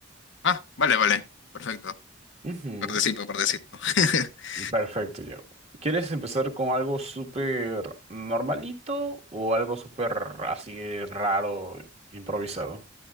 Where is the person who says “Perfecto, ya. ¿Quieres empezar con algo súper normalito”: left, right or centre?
Right